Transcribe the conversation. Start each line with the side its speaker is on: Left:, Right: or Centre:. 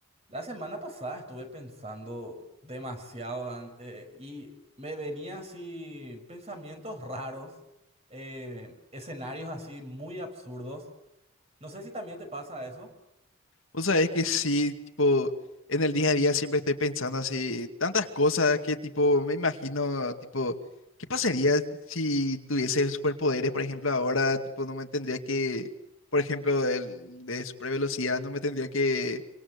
Right: La semana pasada estuve pensando demasiado an- eh, y me venía así pensamientos raros, eh, escenarios así muy absurdos. No sé si también te pasa eso.
Left: O sea, es que sí, tipo, en el día a día siempre estoy pensando así, tantas cosas que tipo, me imagino, tipo, ¿qué pasaría si tuviese superpoderes, por ejemplo, ahora, tipo, no me tendría que, por ejemplo, el de super velocidad, no me tendría que